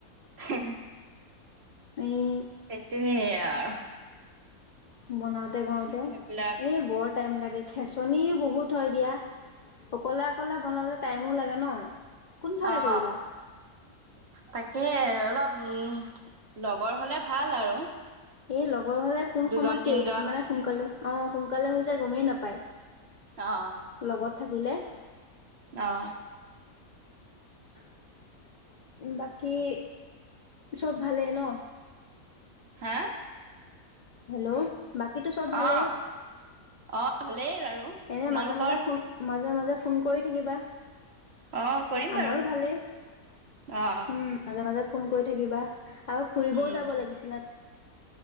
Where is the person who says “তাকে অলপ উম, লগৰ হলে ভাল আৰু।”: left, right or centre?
Right